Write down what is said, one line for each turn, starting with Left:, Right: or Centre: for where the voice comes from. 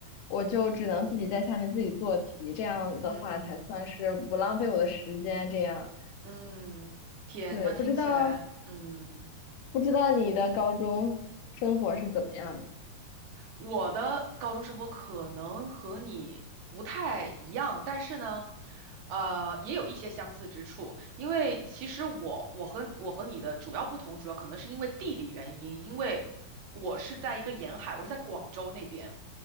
Left: 我就只能自己在下面自己做题，这样的话才算是不浪费我的时间。
Right: 嗯
Left: 这样，
Right: 嗯，天，
Left: 对，
Right: 那听起来嗯。
Left: 不知道不知道你的高中生活是怎么样的？
Right: 我的高中生活可能和你不太一样，但是呢，呃，也有一些相似之处。因为其实我我和我和你的主要不同，主要可能是因为地理原因，因为我是在一个沿海，我是在广州那边，